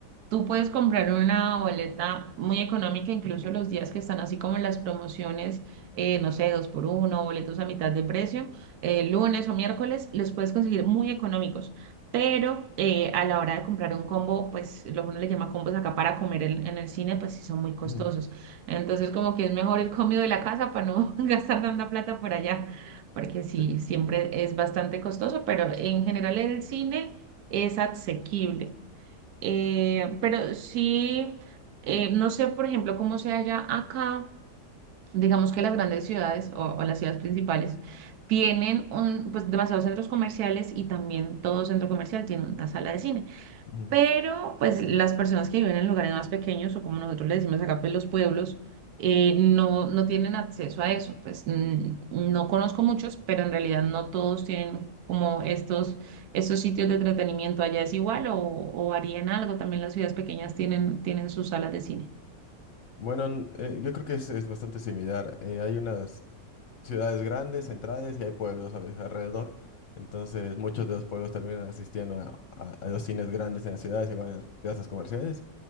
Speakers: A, on the right (about 70°); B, on the left (about 55°).
A: Tú puedes comprar una boleta muy económica, incluso los días que están así como las promociones, eh, no sé, dos por uno, boletos a mitad de precio, eh, lunes o miércoles, los puedes conseguir muy económicos. Pero eh, a la hora de comprar un combo, pues lo que uno le llama combos acá para comer en, en el cine, pues sí son muy costosos.
B: Ujú,
A: Entonces como que es mejor el comido de la casa para no <laughs> gastar tanta plata por allá, porque sí,
B: sí,
A: siempre es bastante costoso, pero en general el cine es asequible. Eh, pero sí, eh, no sé, por ejemplo, cómo sea allá acá, digamos que las grandes ciudades o, o las ciudades principales tienen un, pues, demasiados centros comerciales y también todo centro comercial tiene una sala de cine.
B: ujú.
A: Pero pues las personas que viven en lugares más pequeños o como nosotros le decimos acá, pues los pueblos, eh, no, no tienen acceso a eso. Pues mm, no conozco muchos, pero en realidad no todos tienen como estos, estos sitios de entretenimiento. Allá es igual o, o varía en algo. También las ciudades pequeñas tienen, tienen sus salas de cine.
B: Bueno, n- eh, yo creo que es, es bastante similar. Eh, hay unas ciudades grandes, centrales, y hay pueblos a veces alrededor. Entonces, muchos de los pueblos terminan asistiendo a, a- a los cines grandes en las ciudades y van a las plazas comerciales.